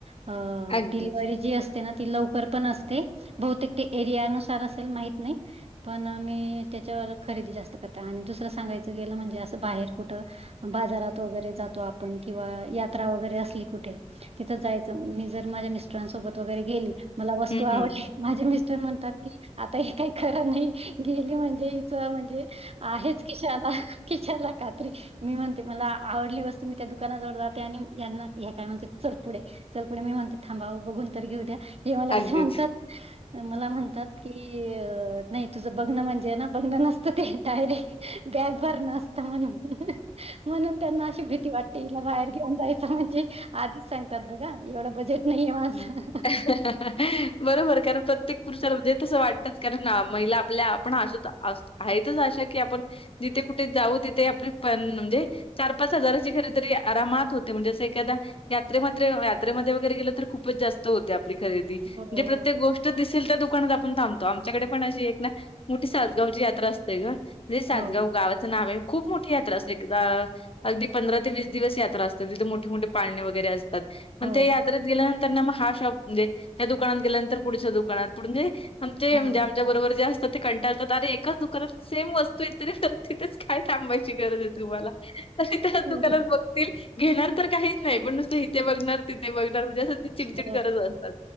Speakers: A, on the right; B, on the left.
A: अ
B: अगदीच.
A: डिलेवरी जी असते. ती लवकर पण असते बहुतेक एरिया नुसार असेल माहित नाही पण मी त्याच्यावर खरेदी जास्त करतात आणि दुसरं सांगायचं गेलं म्हणजे असं बाहेर कुठं बाजारात वगैरे जातो आपण किंवा यात्रा वगैरे असली कुठे तिथं जायचं मी जर माझ्या मिस्टरांसोबत वगैरे गेली मला वस्तू
B: हं,
A: आवड
B: हं.
A: माझे मिस्टर म्हणतात की आता हे काही खरं नाही गेले म्हणजे च म्हणजे आहेच किशाला किशाला कात्री मी म्हणते मला आवडली वस्तू मी त्या दुकानाजवळ जाते आणि यांना हे काय म्हणते चल पुढे. चल पुढे मी म्हणते थांबाव बघून तर घेऊ द्या. हे मला
B: अगदीच.
A: कसं म्हणतात मला म्हणतात की अ नाही तुझं बघण म्हणजे बघणं नसतं ते डायरे बॅग भरन असत म्हणून म्हणून त्यांना भीती वाटते हला बाहेर घेऊन जायचं म्हणजे आधीच सांगतात बघा एवढं बजेट नाहीय माझं.
B: हम्म हा हा हा आ बरोबर कारण प्रत्येक पुरुषाला म्हणजे तस वाट तच कारण महिला आपल्या आपण अस आहेतच अशा की आपण जिथे कुठे जाऊ तिथे आपली पण म्हणजे चार पाच हजाराची खरेदी तरी आरामात होते म्हणजें असं एक क दा यात्रेमध्ये यात्रेमध्ये वगैरे गेलं तर खूपच जास्त होते आपली खरेदी म्हणजे
A: हो.
B: प्रत्येक गोष्ट तो दिसेल त्या दुकानात आपण थांबतो आमच्याकडे पण अशी एक ना मोठी सासगावची यात्रा असते ग म्हणजे सजगाव
A: हो,
B: गावाचं नाव आहे खूप मोठी यात्रा असते एकदा अगदी पंधरा, ते वीस दिवस यात्रा असतात. तिथे मोठे मोठे पाळणे वगैरे असतात. पण
A: हो,
B: ते, यात्रेत गेल्यानंतर ना मग हा, शॉप म्हणजे या, दुकानात गेल्यानंतर, पुढच्या दुकानात पु म्हणजे. आमचे
A: हो.
B: हे म्हजे आमच्या बरोबरे, जे असत ते कटाळतात अरे एकाच दुकानात सेम वस्तू इतरी व तथच काय, थांबायची गरज आहे. तुम्हाला तरी त्याच
A: हो,
B: दुकानात बघ. घेणार तर काहीच नाही, पण नुसतं इथे बघणार तिथे, बघणार म्हणजे असं चिडचिड,
A: हो.
B: करत असतत